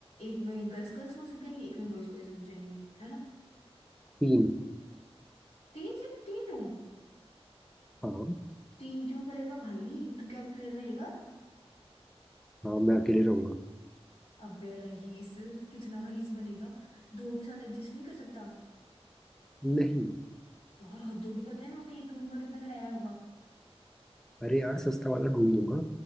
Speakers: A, on the left; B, in the centre.
A: एक में गर्ल्स गर्ल्स रुक जाएंगे एक में बॉयज बॉयज रुक जाएंगे है ना
B: तीन
A: तीन जने तीन रूम
B: हाँ
A: तीन क्यों करेगा भाई तू क्या क्लियर रहेगा
B: हाँ मैं अकेले रहूंगा
A: अबे रईस कितना रईस बनेगा दो के साथ एडजस्ट नहीं कर सकता
B: नहीं
A: यार हद होगी पता है वहां पे एक रूम का कितना किराया होगा
B: अरे यार सस्ता वाला ढूंढ दूंगा